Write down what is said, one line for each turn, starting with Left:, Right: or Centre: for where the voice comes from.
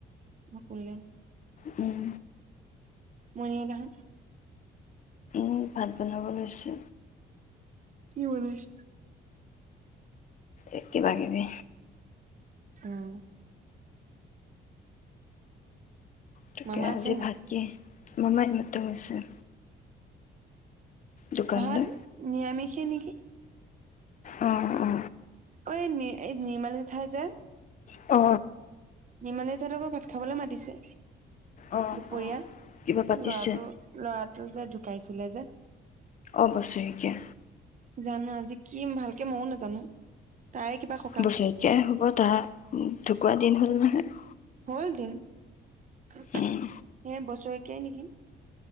Right: উহ শুলে
Left: উম
Right: <unintelligible>
Left: উম ভাত বনাব লৈছে
Right: কি বনাইছ
Left: এই কিবা কিবি
Right: অহ'
Left: তাকে
Right: মামা
Left: আজি
Right: আছে নাই?
Left: ভাত কি মমাই এই মাত্ৰ গৈছে দোকানলৈ
Right: ভাত নিৰামিষে নেকি?
Left: অহ অহ
Right: ঐ নি এই নিৰ্মালি জেঠাই যে
Left: অ
Right: নিৰ্মালি জেঠাইহতৰ ঘৰত ভাত খাবলে মাতিছে
Left: অ
Right: দুপৰীয়া
Left: অ
Right: এই
Left: কিবা পাতিছে
Right: ল'ৰাটোৰ ল'ৰাটো যে ঢুকাইছিলে যে
Left: অ' বছেৰেকিয়া।
Right: জানো আজি কি ভালকে আজি মইও নাজানো। তাৰে কিবা খ
Left: বছৰেকীয়াই হ'ব তাৰ ঢুকুৱা দিন হ'ল নহয়।
Right: হ'ল দিন হেই
Left: উম
Right: বছৰেকীয়াই নেকি।